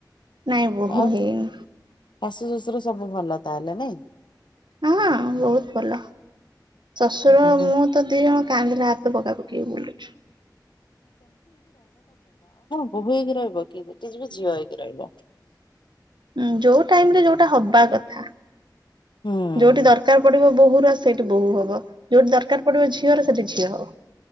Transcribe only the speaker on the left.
ଆଉ
ଶାଶୁ ଶ୍ୱଶୁର ସବୁ ଭଲ। ତାହେଲେ ନାଇଁ।
ନାଇଁ।
ବହୁ ହେଇକି ରହିବ କି? ସେଠି ଯିବି ଝିଅ ହେଇକି ରହିବ।
ହୁଁ